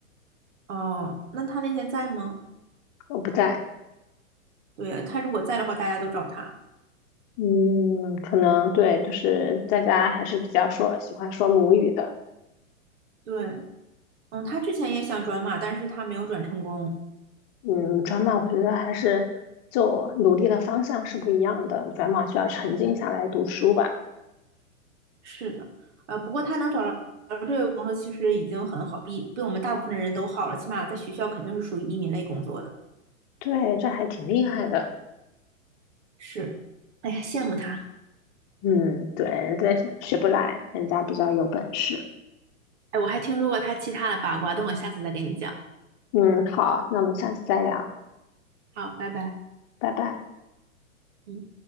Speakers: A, on the right; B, on the left.
A: 哦，那他那天在吗？
B: 我不在。
A: 对，他如果在的话，大家都找他。
B: 嗯，可能对，就是在家还是比较说喜欢说母语的。
A: 对，嗯，他之前也想转码，但是他没有转成功。
B: 嗯，转码我觉得还是就努力的方向是不一样的，转码需要沉静下来读书吧。
A: 是的，呃，不过他能找到这个工作其实已经很好，比比我们大部分人都好了，起码在学校肯定是属于移民类工作的。
B: 对，这还挺厉害的。
A: 是，哎呀，羡慕他。
B: 嗯，对，这学不来，人家比较有本事。
A: 哎，我还听说过他其他的八卦，等我下次再给你讲。
B: 嗯，好，那我们下次再聊，
A: 好，拜拜。
B: 拜拜。
A: 嗯。